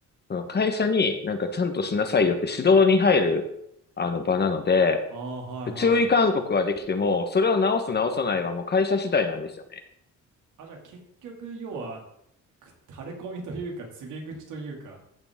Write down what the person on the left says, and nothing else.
その会社になんかちゃんとしなさいよって指導に入るあの場なので、
注意勧告はできても、それを直す直さないはもう会社次第なんですよね。